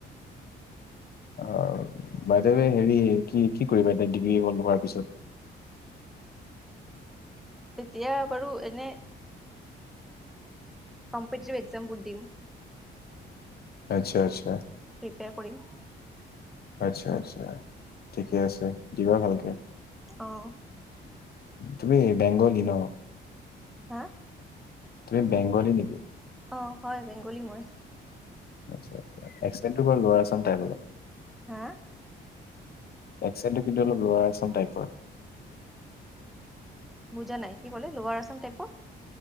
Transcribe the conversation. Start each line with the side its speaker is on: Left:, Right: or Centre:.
Left: <inaudible> অ বাইদাৱে হেৰি কি কি কৰিবা ডিগ্ৰী হল হোৱাৰ পিছত। <inaudible>
Centre: এতিয়া বাৰু এনে কম্পিটিভ একজামবোৰ দিম।
Left: আচ্ছা আচ্ছা।
Centre: প্ৰিপেয়াৰ কৰিম।
Left: আচ্ছা আচ্ছা ঠিকে আছে দিবা ভালকে।
Centre: অহ।
Left: তুমি বেংগলী ন।
Centre: হা।
Left: তুমি বেংগলী নেকি?
Centre: অ হয় বেংগলী মই।
Left: আত্চ্ছা আত্চ্ছা একচেনটো বা লৌৱা আছাম টাইপ।
Centre: হা।
Left: একচেনটো কিন্তু অলপ লোৱাৰ আচাম টাইপৰ।
Centre: বুজা নাই কি, কলে‌ লোৱাৰ আছাম টাইপৰ?